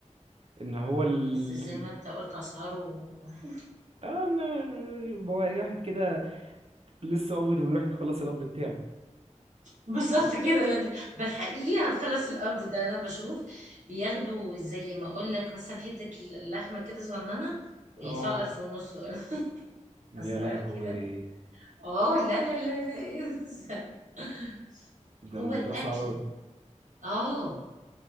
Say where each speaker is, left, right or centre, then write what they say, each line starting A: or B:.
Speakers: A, on the right; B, on the right.
A: ان هو ال
B: بس زي ما انت قلت اسعاره <laughs>
A: اه ان يبقى واحد كده لسه قابض ويروح يخلص القبض بتاعه
B: بالظبط كده لا ده بالحقيقي هتخلص الارض ده انا بشوف بياخدوا زي ما اقول لك مثلا حته اللحمه كده صغننه ويدفعوا
A: اه
B: الف ونص ولا <laughs>
A: يا
B: اسعار
A: لهوي
B: كده اه لا لا لا لا ايه ده؟ <laughs>
A: ده
B: هو
A: الموضوع
B: الاكل
A: صعب أوي.
B: اه